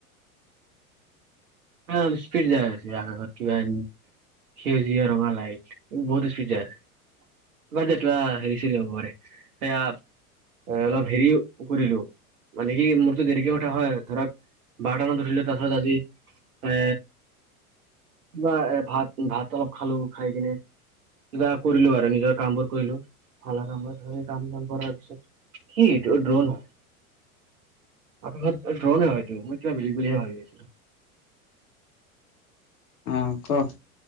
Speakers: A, on the left; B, on the right.
A: <inaudible>
B: অলপ স্পিৰিট যাই আছে আত কিবা সেউজীয়া ৰঙালাইট বহুত স্পীড যায় আছে। বাজেট হেৰি চৰি হবৰে সেয়া। এ অলপ হেৰি কৰিলো মানে কি মোৰ। টো দেৰিকে উঠা হয় ধৰক বাৰটা মানত উঠিলে তাৰ পিছত আজি এ বা এ ভাত ভাত অলপ খালো খাই কিনে কিবা কৰিলো আৰু নিজৰ কাম বোৰ কৰিলো ভালা কামবোৰ ধৰি কাম বন কৰাৰ পিছত কি এইটো ড্ৰোন হয়।
A: <inaudible>
B: আকাশত ড্ৰনে হয়টো মই কিবা বিল বহে ভাবি আছিলো।
A: হ ক